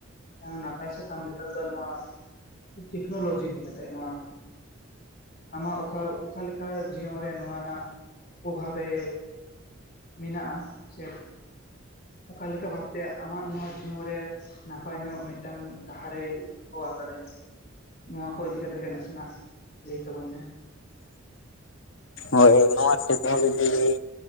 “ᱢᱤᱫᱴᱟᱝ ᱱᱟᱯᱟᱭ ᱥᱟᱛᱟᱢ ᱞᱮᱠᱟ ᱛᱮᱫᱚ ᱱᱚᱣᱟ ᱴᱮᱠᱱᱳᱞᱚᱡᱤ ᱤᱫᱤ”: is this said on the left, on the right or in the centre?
Left